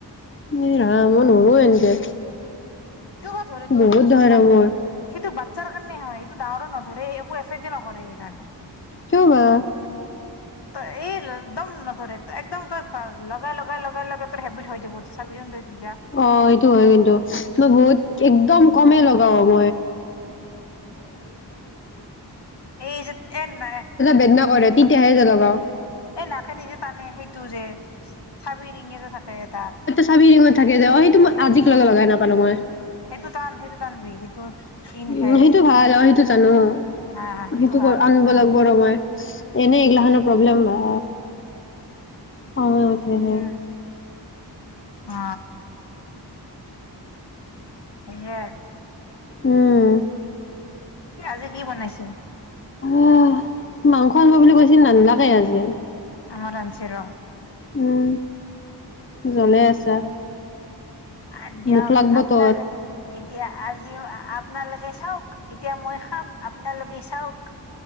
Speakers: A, on the left; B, on the left.
A: এই ৰাম মই নৰো এনকে
B: কিয় বা ধৰে তোৰ
A: বহুত
B: সেইটোচোন
A: ধৰে
B: বা
A: মোৰ
B: সেইটো বাচ্ছাৰ কাৰণে হয় এইটো ডাঙৰ নধৰে একো এফেক্টে নকৰে সেইকাৰণে
A: কিয় বা
B: <inaudible> ত এ একদম নধৰে একদম তই লগাই লগাই লগাই লগাই তোৰ হেবিট হৈ যাব চাবিচোন তই <unintelligible>
A: অ সেইটো হয় কিন্তু মই বহুত একদম কমেই ল- <unintelligible> <unintelligible>
B: এই যে এ নাই
A: বেদনা কৰে তেতিয়াহে যে লগাও
B: এই নাকেদি যে টানে সেইটো যে চাবি ৰিঙি যে থাকে এটা
A: চাবি ৰিঙত থাকে যে অ সেইটো মই আজিক লকে লগাই নাপালোঁ মই
B: সেইটো টান সেইটো টানবি সেইটো ইন হে
A: উম সেইটো ভাল
B: ইন
A: আৰু সেইটো জানো
B: হা হা
A: সেইটো
B: হা
A: আনিব
B: টানবি
A: লাগিব ৰ মই এনেই এই গ্লা হতৰ প্ৰব্লেম <unintelligible> খঙে উঠেহে
B: উ অ <unintelligible>
A: উম
B: আজি কি বনাইছে
A: অ মাংস আনিব বুলি কৈছিল নানি লাগে আজি
B: আমাৰ আনছি ৰ'
A: উম জ্বলে আছা
B: আৰু দিয়ক
A: মুখ লাগব
B: আপোনা
A: তোৰ
B: <unintelligible> এতিয়া আজি আপোনালোকে চাওঁক এতিয়া মই খাম আপনালোকে চাওঁক